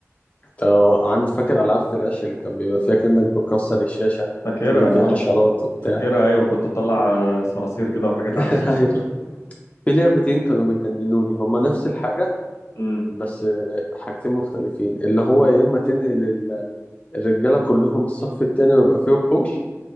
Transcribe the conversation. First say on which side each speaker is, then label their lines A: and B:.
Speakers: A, on the left; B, on the left.
A: اه عند فاكر ألعاب فلاش اللي كان بيبقى فيها كأنك بتكسر الشاشة
B: فاكرها
A: كأن في
B: يا عم
A: حشرات وبتاع
B: فاكرها ايوه كنت بطلع صراصير كده وحاجات
A: <laughs>
B: على الشاشه
A: أيوة في لعبتين كانوا بيجننوني هما نفس الحاجة
B: <laughs>
A: بس آه، حاجتين مختلفين اللي هو يا إما تنقل ال- الرجالة كلهم الصف التاني ويبقى فيه وحوش